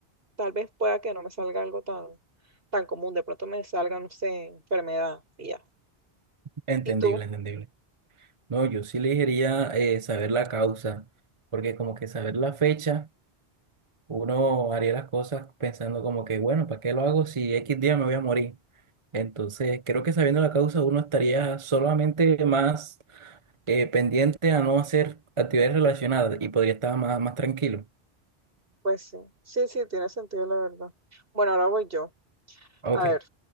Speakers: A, on the right; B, on the right.
A: Tal vez pueda que no me salga algo tan, tan común. De pronto me salga, no sé, enfermedad y ya.
B: Entendible,
A: ¿Y tú?
B: entendible. No, yo sí elegiría eh, saber la causa, porque como que saber la fecha, uno haría las cosas pensando como que, bueno, ¿para qué lo hago si X día me voy a morir? Entonces, creo que sabiendo la causa, uno estaría solamente más eh, pendiente a no hacer actividades relacionadas y podría estar más, más tranquilo.
A: Pues sí. Sí, sí, tiene sentido, la verdad. Bueno, ahora voy yo.
B: Ok.
A: A ver,